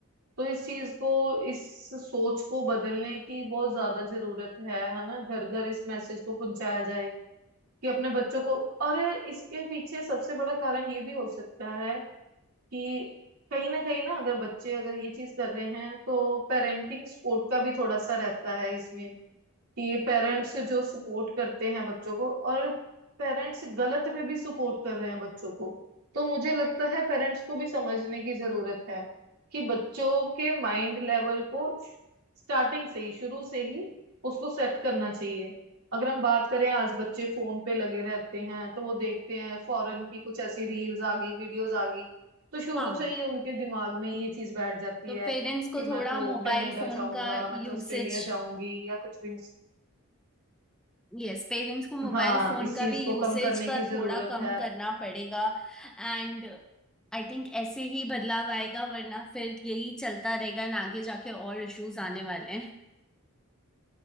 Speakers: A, on the right; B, in the centre.
A: तो इस चीज को इस सोच को बदलने की बहुत ज्यादा जरूरत है है ना घर घर इस मैसेज को पहुंचाया जाए कि अपने बच्चों को और इसके पीछे सबसे बड़ा कारण ये भी हो सकता है कि कहीं ना कहीं ना अगर बच्चे अगर ये चीज कर रहे हैं तो पेरेंटिंग सपोर्ट का भी थोड़ा सा रहता है इसमें कि पेरेंट्स जो सपोर्ट करते हैं बच्चों को और पेरेंट्स गलत में भी सपोर्ट कर रहे हैं बच्चों को तो मुझे लगता है पेरेंट्स को भी समझने की जरूरत है कि बच्चों के माइंड लेवल को स्टार्टिंग से ही शुरू से ही उसको सेट करना चाहिए अगर हम बात करें आज बच्चे फोन पे लगे रहते हैं तो वो देखते हैं फॉरेन की कुछ ऐसी रील्स आ गई वीडियोस आ गई तो शुरू
B: हाँ
A: से ही उनके दिमाग में ये चीज बैठ जाती
B: तो
A: है
B: पेरेंट्स को
A: कि
B: थोड़ा
A: मैं तो
B: मोबाइल
A: कनाडा
B: फोन
A: जाऊंगा
B: का
A: मैं
B: यूसेज
A: तो ऑस्ट्रेलिया जाऊंगी या कुछ भी
B: यस पेरेंट्स को मोबाइल
A: हाँ
B: फोन
A: इस
B: का
A: चीज
B: भी
A: को
B: यूसेज
A: कम करने
B: का
A: की
B: थोड़ा
A: जरूरत
B: कम
A: है
B: करना पड़ेगा एंड आई थिंक ऐसे ही बदलाव आएगा वरना फिर यही चलता रहेगा and आगे जाके और इश्यूज आने वाले हैं